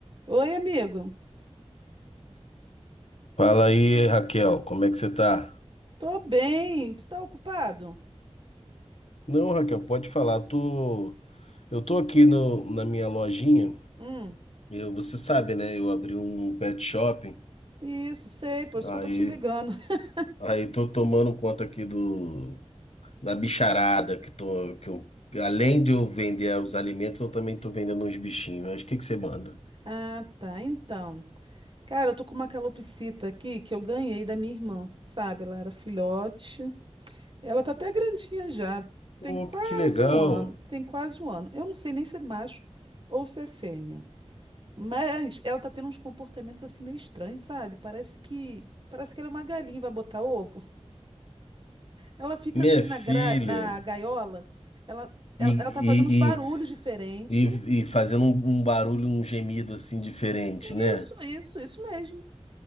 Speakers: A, on the right; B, on the left.
A: Oi, amigo.
B: Fala aí, Raquel, como é que você tá?
A: Tô bem. Tu tá ocupado?
B: Não, Raquel, pode falar. Tô, eu tô aqui no, na minha lojinha.
A: Hum,
B: Eu, você sabe, né? Eu abri um pet shop.
A: isso, sei, por isso
B: Aí,
A: que eu tô te ligando. <laughs>
B: aí tô tomando conta aqui do da bicharada que tô, que eu, além de eu vender os alimentos, eu também tô vendendo uns bichinhos. Mas o que que você manda?
A: Ah, tá. Então, cara, eu tô com uma calopsita aqui que eu ganhei da minha irmã, sabe? Ela era filhote. Ela tá até grandinha já.
B: Pô,
A: Tem quase
B: que legal,
A: um ano. Tem quase um ano. Eu não sei nem se é macho ou se é fêmea. Mas ela tá tendo uns comportamentos assim meio estranhos, sabe? Parece que parece que ela é uma galinha, e vai botar ovo. Ela fica
B: minha
A: assim na,
B: filha.
A: gra- na gaiola, ela, ela,
B: E,
A: ela tá fazendo uns barulhos
B: e,
A: diferentes.
B: e, e, e fazendo um um barulho, um gemido assim diferente,
A: Isso,
B: né?
A: isso, isso mesmo.